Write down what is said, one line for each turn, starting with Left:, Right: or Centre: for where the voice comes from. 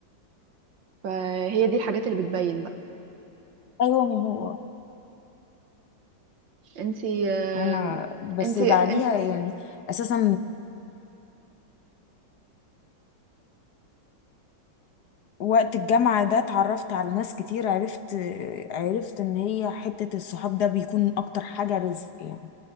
Right: فهي دي الحاجات اللي بتبين بقى
Left: ايوه ما هو
Right: انتي آم،
Left: انا بس
Right: انتي
Left: بعديها
Right: انت
Left: يعني اساسا وقت الجامعة ده اتعرفت على ناس كتير عرفت عرفت ان هي حتة الصحاب ده بيكون اكتر حاجة رزق يعني